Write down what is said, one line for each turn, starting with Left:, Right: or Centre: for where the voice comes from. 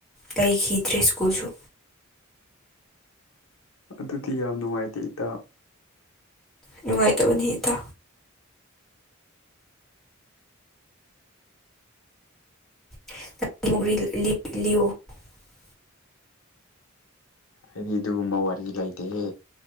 Centre: ꯇꯏ ꯍꯤ ꯗ꯭ꯔꯁ ꯀꯣꯖꯨ
Left: ꯑꯗꯨꯗꯤ ꯌꯥꯝ ꯅꯨꯡꯉꯥꯏꯇꯦ ꯏꯇꯥ
Centre: ꯅꯨꯡꯉꯥꯏꯇꯕꯅꯤ ꯏꯇꯥ <unintelligible> <unintelligible>
Left: ꯍꯥꯏꯗꯤ ꯑꯗꯨꯒꯨꯝꯕ ꯋꯥꯔꯤ ꯂꯩꯇꯦꯍꯦ